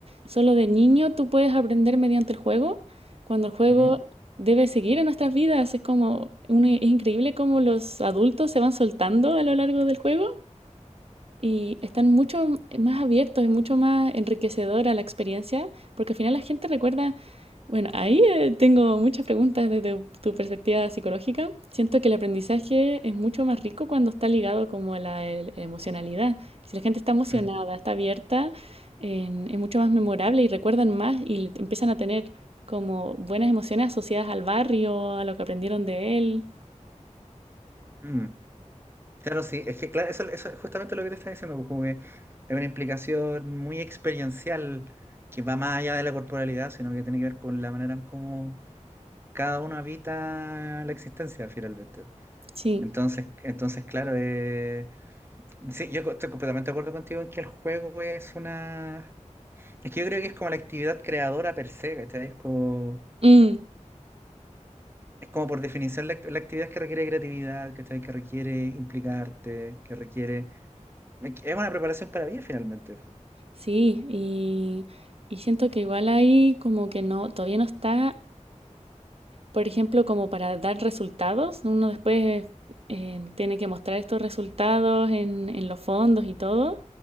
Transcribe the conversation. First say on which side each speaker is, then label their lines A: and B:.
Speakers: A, on the right; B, on the right.
A: Solo de niño tú puedes aprender mediante el juego, cuando el juego
B: Ujú.
A: debe seguir en nuestras vidas. Es como, un- es increíble cómo los adultos se van soltando a lo largo del juego y están mucho más abiertos y mucho más enriquecedora la experiencia, porque al final la gente recuerda, bueno, ahí eh, tengo muchas preguntas desde tu perspectiva psicológica. Siento que el aprendizaje es mucho más rico cuando está ligado como a la, el- emocionalidad. Si la gente está emocionada,
B: Mm,
A: está abierta, en- es mucho más memorable y recuerdan más y le- empiezan a tener como buenas emociones asociadas al barrio, a lo que aprendieron de él.
B: mm. Claro, sí, es que claro, eso, eso es justamente lo que te estaba diciendo, pues, como que es una implicación muy experiencial que va más allá de la corporalidad, sino que tiene que ver con la manera en cómo cada uno habita la existencia finalmente.
A: Sí.
B: Entonces, entonces claro, eh, sí, yo co- estoy completamente de acuerdo contigo en que el juego es una... Es que yo creo que es como la actividad creadora per se, ¿cachai? Es como...
A: Mm.
B: Es como por definición la, act- la actividad que requiere creatividad, ¿cachai? Que requiere implicarte, que requiere... Es una preparación para vida finalmente.
A: Sí, y, y siento que igual ahí como que no, todavía no está, por ejemplo, como para dar resultados. Uno después eh, tiene que mostrar estos resultados en, en los fondos y todo.